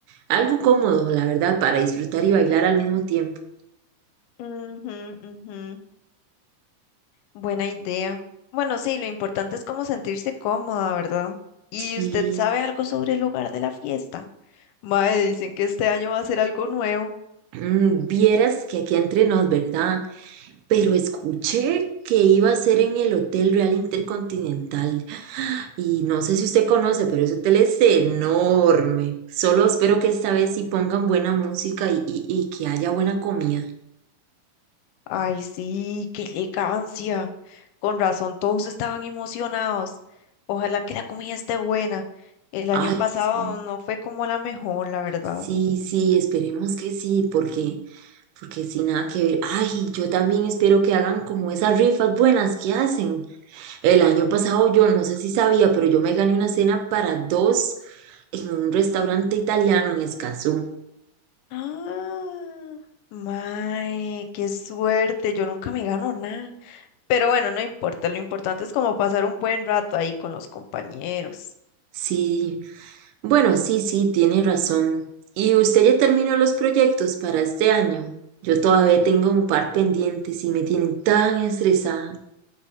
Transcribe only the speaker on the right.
Algo cómodo, la verdad, para disfrutar y bailar al mismo tiempo.
Sí,
mm, vieras que aquí entre nos, ¿verdad? Pero escuché que iba a ser en el Hotel Real Intercontinental y no sé si usted conoce, pero ese hotel es enorme. Solo espero que esta vez sí pongan buena música y, y, y que haya buena comida.
Ay,
sí,
sí, sí, esperemos que sí, porque... Porque sin nada que ver. Ay, yo también espero que hagan como esas rifas buenas que hacen. El año pasado yo no sé si sabía, pero yo me gané una cena para dos en un restaurante italiano en Escazú.
Sí, bueno, sí, sí, tiene razón. ¿Y usted ya terminó los proyectos para este año? Yo todavía tengo un par pendientes y me tienen tan estresada.